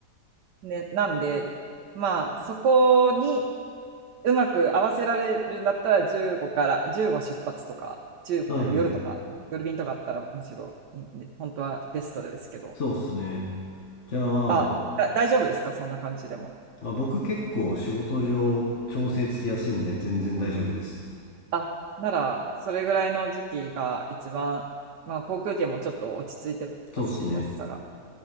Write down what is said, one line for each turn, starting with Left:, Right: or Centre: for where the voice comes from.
Right: ね、なんで、まあそこに、うまく合わせられるんだったら15から15出発とか15の夜とか夜便とかあったらむしろいいんで本当はベストですけど
Left: はいはい。そうっすね。じゃあ、
Right: あだ大丈夫ですかそんな感じでも
Left: あ、僕結構仕事上調整つきやすいんで全然大丈夫です。
Right: あならそれぐらいの時期が一番まあ航空券もちょっと落ち着いてますし安さが
Left: そうっすね。